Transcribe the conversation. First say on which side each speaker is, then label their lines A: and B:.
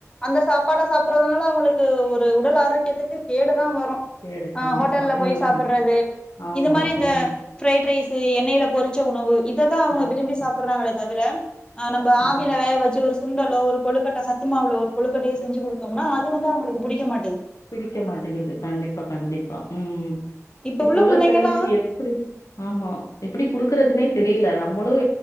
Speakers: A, on the left; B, on the left.
A: அந்த சாப்பாடை சாப்டுறதுனால அவுங்களுக்கு ஒரு உடல் ஆரோக்கியத்துக்கு கேடு தா வருது ன்னு
B: சரி
A: ஆ
B: கண்டிப்பா.
A: ஹோட்டல்ல
B: ம்,
A: போய் சாப்புடறது
B: ம். ஆமா.
A: இது மாதிரி இந்த
B: ம்.
A: ஃப்ரைட் ரைஸ் எண்ணெயில பொறிச்ச உணவு இததா அவுங்க
B: உணர்ச்சி.
A: விரும்பி சாப்புடுறாங்களே தவிர அ நம்ம ஆவில
B: ஆமா.
A: வேக வெச்சு ஒரு சுண்டல ஒரு கொழுக்கட்ட சத்துமாவுல ஒரு கொழுக்கட்டையோ செஞ்சு கொடுத்தோம்னா அது வந்து அவுங்களுக்கு புடிக்க மாட்டது
B: பிடிக்க மாட்டேங்குது கண்டிப்பா கண்டிப்பா ம்
A: இப்ப
B: இப்போ உள்ள
A: புள்ளைங்கல்லா
B: புள்ளைங்களுக்கு எப்புடி ஆமா எப்டி குடுக்கறதுனே தெரியல நம்மளும்